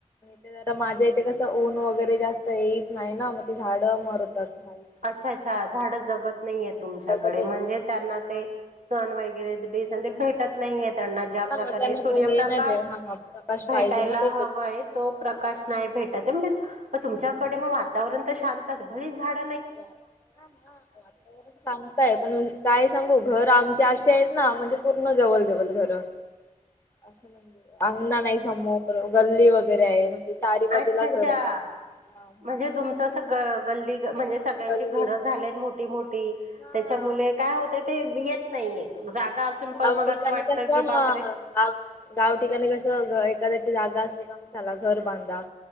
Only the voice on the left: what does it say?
ते जरा माझ्या इथे कसं ऊन वगैरे जास्त येईत नाही ना मग ते झाड मरतात. राहीत नाही.
जगतच
नाही.
हा
त्यांना
हे नाही भे हा प्रकाश
पाहिजे ना ते भेटत
नाही.
वातावरण शांताय पण कायच सांगू घर आमचे असे आहेत ना म्हणजे पूर्ण जवल-जवल घर अस म्हणजे अंगणा नाई समोर गल्ली वगैरे आहे म्हणजे चारी बाजूला
घर हा म्हणून
गल्लीत
वगैरे
हा
ह
गाव
ठिकाणी
कस
हा
गाव-गाव ठिकाणी कस एखाद्याची जागा असते ठिक आहे चला घर बांधा